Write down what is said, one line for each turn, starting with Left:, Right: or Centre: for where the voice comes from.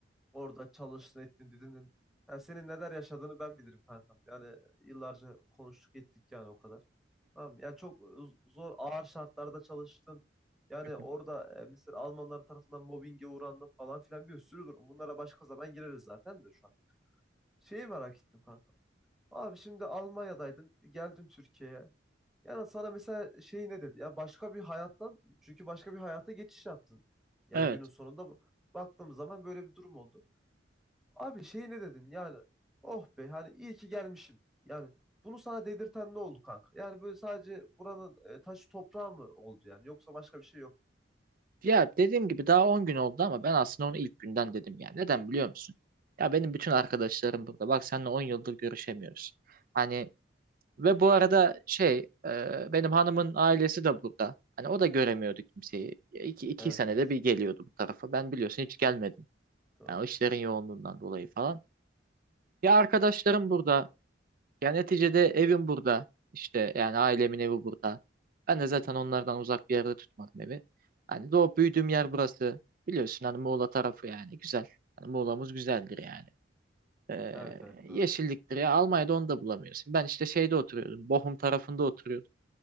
Centre: orada çalıştın ettin dedin. Yani senin neler yaşadığını ben bilirim kankam. Yani yıllarca konuştuk ettik yani o kadar. Tamam mı? yani çok z- zor ağır şartlarda çalıştın. Yani
Right: <laughs>
Centre: orada e, mesela Almanlar tarafından mobbinge uğrandın falan filan bir sürü durum. Bunlara başka zaman gireriz zaten de şu an. Şeyi merak ettim kanka. Abi şimdi Almanya'daydın, geldin Türkiye'ye. Yani sana mesela şey ne dedi? Ya başka bir hayattan çünkü başka bir hayata geçiş yaptın. Yani
Right: Evet.
Centre: günün sonunda bu- baktığımız zaman böyle bir durum oldu. Abi şey ne dedin? Yani oh be hani iyi ki gelmişim. Yani bunu sana dedirten ne oldu kanka? Yani böyle sadece buranın e, taşı toprağı mı oldu yani? Yoksa başka bir şey yok. mu?
Right: Ya dediğim gibi daha on gün oldu ama ben aslında onu ilk günden dedim ya. Neden biliyor musun? Ya benim bütün arkadaşlarım burada. Bak seninle 10 yıldır görüşemiyoruz. Hani ve bu arada şey e, benim hanımın ailesi de burada. Hani o da göremiyordu kimseyi. Ya İki, iki
Centre: Evet
Right: senede
Centre: evet
Right: bir geliyordu bu tarafa. Ben biliyorsun hiç gelmedim.
Centre: doğru.
Right: Yani o işlerin yoğunluğundan dolayı falan. Ya arkadaşlarım burada. Ya neticede evim burada. İşte yani ailemin evi burada. Ben de zaten onlardan uzak bir yerde tutmadım evi. Hani doğup büyüdüğüm yer burası. Biliyorsun hani Muğla tarafı yani güzel. Hani Muğla'mız güzeldir yani. Ee,
Centre: Evet evet doğru.
Right: yeşilliktir ya. Almanya'da onu da bulamıyorsun. Ben işte şeyde oturuyordum. Bochum tarafında oturuyordum.